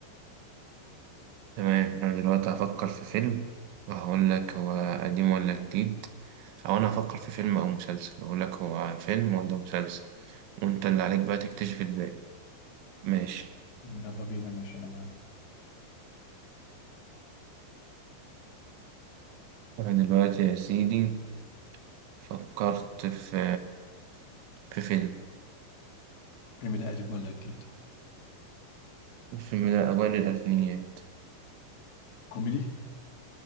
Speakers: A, on the right; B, on the left.
A: تمام أنا دلوقتي هفكر في فيلم وهقول لك هو قديم ولا جديد أو أنا هفكر في فيلم أو مسلسل أقول لك هو فيلم ولا مسلسل وأنت اللي عليك بقى تكتشف الباقي ماشي
B: يلا بينا ماشي أنا معاك
A: أنا دلوقتي يا سيدي فكرت في في فيلم
B: الفيلم ده قديم ولا جديد؟
A: الفيلم ده أوائل الألفينيات
B: كوميدي؟